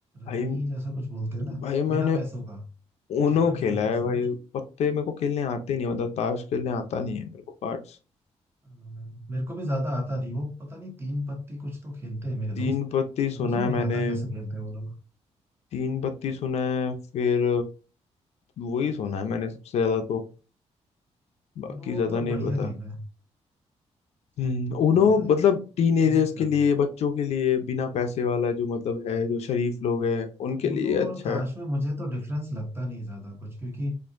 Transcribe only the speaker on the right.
रमी
जैसा कुछ बोलते हैं ना
बिना
पैसों का
जैसा
<laughs> बिना
पैसों
का
अम, मेरे को भी ज्यादा आता नहीं वो पता नहीं तीन पत्ती कुछ तो खेलते हैं मेरे
दोस्त
समझ में
नहीं
आता कैसे खेलते हैं वो लोग
उनो
तो
बढ़िया
गेम है उसमें
बहुत सारी
टेक्निक्स
है
उनो
और ताश
में मुझे तो डिफरेंस लगता नहीं ज्यादा कुछ क्योंकि